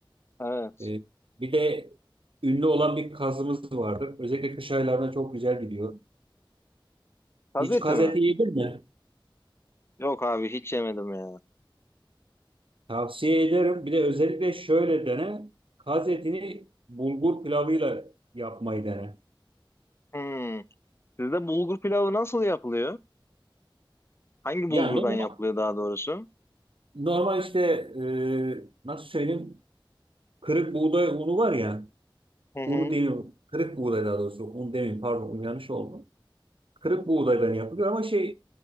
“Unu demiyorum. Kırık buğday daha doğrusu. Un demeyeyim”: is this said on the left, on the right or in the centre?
Right